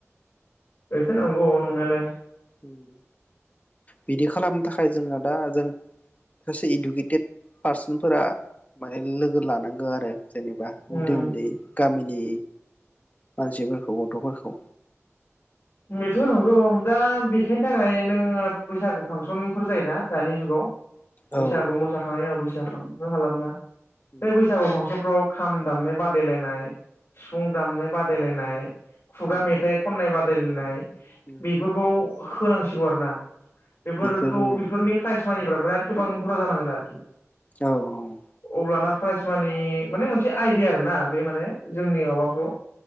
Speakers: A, on the left; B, on the left.
A: एसे नंगौ नंनायालाय।
B: उम। बिदि खालामनो थाख जोंना दा जों सासे इदु किथेत पारसनफोरा माने लो लोगो लानांगौ आरो। जेनेबा
A: उम
B: उन्दै उन्दै गामिनि मानसिफोरख गथ'फोरखौ
A: बेथ' नंगौ दा बेखायनि थाखाय नोंङो बैसागु फांसनफोर जायोना दानि जुगाव। बैसागु
B: औ
A: मोसाखांनायनि उनाव बैस फिसा फांसन खालामना
B: उम
A: है बैसागु फांसनफ्राव खाम दामनाय बादायलायनाय, सिफुं दामनाय बादायलायनाय खुगा
B: उम
A: मेथाइ खननाय बाद दायलायनाय
B: उम
A: बेफोरखौ होनांसिगौ आरो ना। बेफोरखौ
B: बेफोर उम
A: बेफोरनि प्राइस खामानिफ्रा बिराद गोबां बुरजा जानांगोन आरखि।
B: औ औ।
A: अब्लाना प्राइस मानि माने मोनसे आइदिया आरोना बे माने जोंनि माबाखौ